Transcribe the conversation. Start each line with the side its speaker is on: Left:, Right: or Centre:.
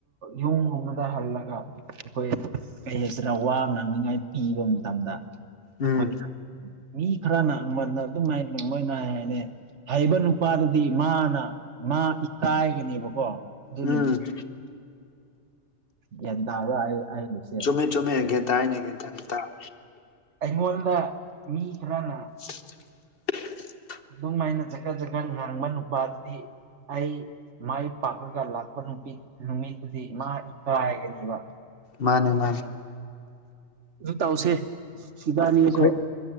Right: ꯌꯨꯝ ꯍꯨꯝꯕꯗ ꯍꯜꯂꯒ ꯑꯩꯈꯣꯏ ꯀꯩ ꯍꯥꯏꯁꯤꯔꯥ ꯋꯥ ꯉꯥꯡꯅꯤꯡꯉꯥꯏ ꯄꯤꯕ ꯃꯇꯝꯗ ꯑꯩꯈꯣꯏ
Left: ꯎꯝ
Right: ꯃꯤ ꯈꯔꯅ ꯑꯩꯉꯣꯟꯗ ꯑꯗꯨꯝꯉꯥꯏ ꯃꯣꯏ ꯅꯥꯏ ꯍꯥꯏꯔꯦ ꯍꯩꯕ ꯅꯨꯄꯥꯗꯨꯗꯤ ꯃꯥꯅ ꯃꯥ ꯏꯀꯥꯏꯒꯅꯦꯕꯀꯣ ꯑꯗꯨ
Left: ꯎꯝ
Right: ꯑꯦ
Left: ꯆꯃꯦ ꯀꯦꯇ ꯀꯇ ꯅ ꯇ
Right: ꯑꯩꯉꯣꯟꯗ ꯃꯤ ꯈꯔꯅ
Left: ꯍꯦꯝꯝ <unintelligible>
Right: ꯑꯗꯨꯝ ꯍꯥꯏꯥꯏꯅ ꯖꯀꯠ ꯖꯈꯠ ꯉꯥꯡꯕ ꯅꯨꯄꯥꯗꯨꯗꯤ ꯑꯩ ꯃꯥꯏ ꯄꯥꯛꯂꯒ ꯂꯥꯛꯄ ꯅꯨꯄꯤ ꯅꯨꯃꯤꯠꯇꯨꯗꯤ ꯃꯥ ꯏꯀꯥꯏꯒꯅꯦꯕ
Left: ꯃꯥꯅꯦ ꯃꯥꯅꯦ
Right: ꯑꯗꯨ ꯇꯧꯁꯦ ꯏꯕꯥꯅꯤꯁꯨ
Left: ꯑꯩꯈꯣꯏ